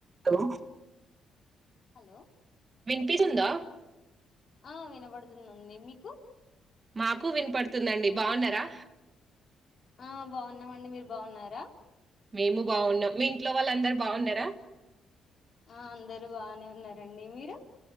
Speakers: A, on the right; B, on the left.
A: Hello
B: hello
A: విన్పి సుందా
B: ఆ వినబడుతుందండి మీకు
A: మాకు వినపడుతుందండి బాగున్నారా
B: ఆ బాగున్నామండి మీరు బాగున్నారా
A: మేము బాగున్నాం మీ ఇంట్లో వాళ్ళ అందరు బాగున్నారా
B: ఆ అందరూ బానే ఉన్నారండి మీరు